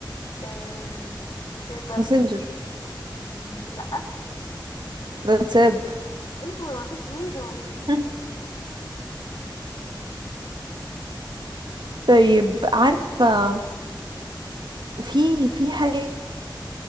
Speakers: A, on the left; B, on the right.
A: آه شات بقى
B: ماسنجر
A: وكده لا
B: واتساب
A: ايوه مفيش غيره
B: <laughs> طيب عارفة في في حاجة